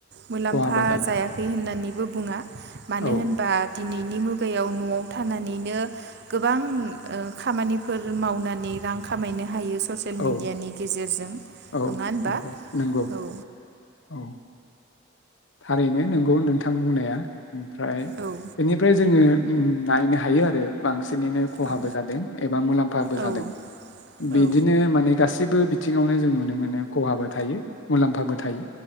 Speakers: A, on the right; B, on the left.
A: मुलाम्फा
B: खहाबो जादों
A: जायाखै होननानैबो बुङा मानो
B: औ
A: होनबा दिनैनि मुगायाव न'आव थानानैनो गोबां ओ खामानिफोर मावनान नै रां खामायनो हायो। ससियेल
B: औ
A: मिडियानि गेजेरजों।
B: औ
A: नङा होनबा
B: नंगौ नंगौ
A: औ
B: औ। थारैनो नोंगौ नोंथां बुंनाया ओमफ्राय
A: औ
B: बेनिफ्राय जोङो उम नायनो हायो आरो बां सिनैनो खहाबो
A: औ
B: जादों एबा मुलाम्फाबो
A: औ
B: जादों बेदिनो
A: औ
B: माने गासिब बो बिथिङावनो जों नुनो मोनो खहाबो थायो मुलाम्फाबो थायो।